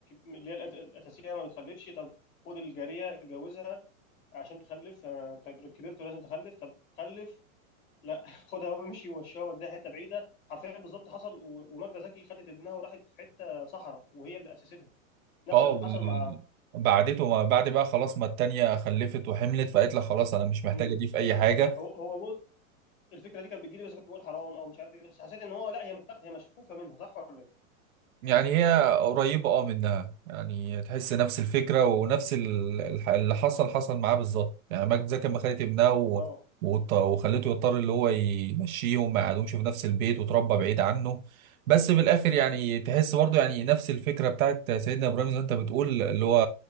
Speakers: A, on the left (about 75°); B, on the right (about 75°).
A: اللي هي الأس- الاساسيه ما بتخلفش طب خد الجاريه اتجوزها عشان تخلف آه، انت كبرت ولازم تخلف طب خلف لا <laughs> خدها وامشي ومشيها وديها حته بعيده حرفيا بالظبط حصل و- وماجده زكي خدت ابنها وراحت في حته صحراء وهي اللي اسستها نفس
B: اه
A: اللي
B: وال...
A: حصل مع
B: بعدته ما بعد بقى خلاص ما التانية خلفت وحملت فقالت لها خلاص انا مش محتاجة
A: مم.
B: دي في اي حاجة
A: هو هو بص الفكره دي كانت بتجيلي بس كنت بقول حرام او مش عارف ايه بس حسيت ان هو لا هي متاخده هي مشفوفه منها صح ولا ايه؟
B: يعني هي قريبة اه منها يعني تحس نفس الفكرة ونفس ال- الح- اللي حصل حصل معاه بالظبط يعني ماجد زكي لما خدت ابنها و...
A: اه
B: وط- وخلته يضطر اللي هو يمشيه وما يقعدوش في نفس البيت وتربى بعيد عنه بس في الآخر يعني تحس برضه يعني نفس الفكرة بتاعت سيدنا إبراهيم زي ما أنت بتقول اللي هو